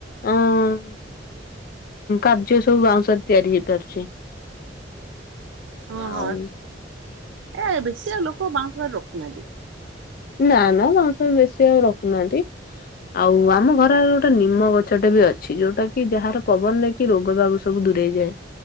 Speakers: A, on the left (about 50°); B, on the right (about 85°).
A: ଅ- କାର୍ଯ୍ୟ ସବୁ ବାଉଁ ସରେ ତିଆରି ହେଇପାରୁଛି।
B: ହଁ
A: ଆଉ
B: ହଁ ଏ ବେଶି ଆଉ ଲୋକ ବାଉଁଶ ବରି ରଖୁ ନାହାନ୍ତି।
A: ନା ନା ହଉଁଶ ବାରି ଆଉ ବେଶୀ ଆଉ ରଖୁ ନାହାନ୍ତି। ଆଉ ଆମ ଘର ଗୋଟେ ନିମ ଗଛ ଟେ ବି ଅଛି ଯୋଉଟା କି ଯାହାର ପବନରେ କି ରୋଗ ବାଗ ସବୁ- ଦୂରେଇ ଯାଏ।